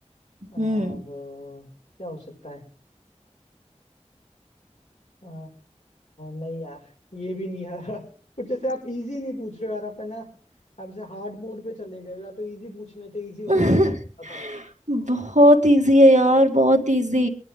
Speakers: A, on the left; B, on the right.
A: आ, वो
B: हम्म
A: क्या हो सकता है आ, नहीं यार ये भी नहीं आ रहा कुछ जैसे आप इजी नहीं पूछ रहे हो यार आप है ना आप जैसे हार्ड मोड पे चले गए हो या तो इजी पूछने थे इजी वाला
B: <laughs>
A: गेम था
B: बहुत इजी है यार बहुत इजी